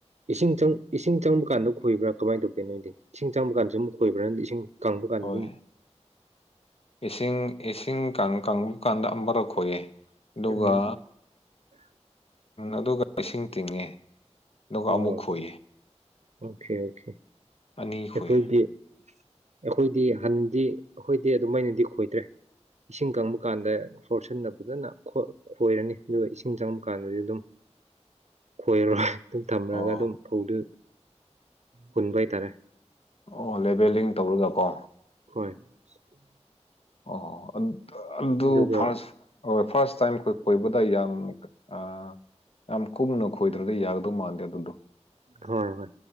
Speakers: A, on the right (about 70°); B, on the left (about 55°).
A: ꯏꯁꯤꯡꯆꯪ ꯏꯁꯤꯡ ꯆꯪꯕ ꯀꯥꯟꯗ ꯈꯣꯏꯕ꯭ꯔꯥ ꯀꯃꯥꯏꯅ ꯇꯧꯒꯦ ꯅꯣꯏꯗꯤ ꯏꯁꯤꯡ ꯆꯪꯕ ꯀꯥꯟꯗ ꯁꯨꯝ ꯈꯣꯏꯕ꯭ꯔꯥ ꯅꯪꯗꯤ ꯏꯁꯤꯡ ꯀꯥꯡꯕꯨꯒꯥꯟꯒꯨꯝ
B: ꯍꯣꯏ ꯏꯁꯤꯡ ꯏꯁꯤꯡ ꯀꯪꯂ ꯀꯥꯟꯗ ꯑꯃꯝꯕꯔ ꯈꯣꯏꯑꯦ ꯑꯗꯨꯒ
A: ꯎꯝ
B: ꯑꯗꯨꯒ ꯏꯁꯤꯡ ꯇꯤꯡꯉꯦ ꯑꯗꯨꯒ
A: ꯑꯣ
B: ꯑꯃꯨꯛ ꯈꯣꯏꯑ
A: ꯑꯣꯀꯦ ꯑꯣꯀꯦ
B: ꯑꯅꯤꯦꯛ
A: ꯑꯩꯈꯣꯏꯗꯤ
B: ꯍꯌꯦ
A: ꯑꯩꯈꯣꯏꯗꯤ ꯍꯟꯗꯤ ꯑꯩꯈꯣꯏꯗꯤ ꯑꯗꯨꯃꯥꯏꯅꯗꯤ ꯈꯣꯏꯗ꯭ꯔꯦ ꯏꯁꯤꯡ ꯀꯪꯕ ꯀꯥꯟꯗ ꯐꯣꯔꯁꯟꯅ ꯐꯖꯅ ꯈꯣꯏꯔꯅꯤ ꯑꯗꯨꯒ ꯏꯁꯤꯡ ꯆꯪꯕ ꯀꯥꯟꯗꯗꯤ ꯑꯗꯨꯝ
B: <inaudible>
A: ꯈꯣꯏꯔꯔꯣꯏ ꯑꯗꯨꯝ ꯊꯝꯃꯒ
B: ꯑꯣ
A: ꯑꯗꯨꯝ ꯐꯧꯗꯨ ꯍꯨꯟꯕ ꯍꯥꯏꯇꯥꯔꯦ
B: ꯑꯣ ꯂꯦꯕꯦꯜꯂꯤꯡ ꯇꯧꯔꯒ ꯀꯣ
A: <inaudible>
B: ꯑꯣ ꯑꯗꯨ ꯑꯗꯨ
A: ꯑꯗꯨꯒ
B: ꯐꯥꯔ ꯍ ꯐꯥ ꯇꯥꯏꯣꯏ ꯑꯣꯏꯕꯗ ꯌꯥꯝ ꯑ ꯌꯥꯝ ꯀꯨꯝꯅ ꯈꯣꯏꯗ꯭ꯔꯗꯤ ꯌꯥꯒꯗꯧ ꯃꯥꯟꯗꯦ ꯑꯗꯨꯗꯣ
A: ꯍꯣꯏ ꯍꯣꯏ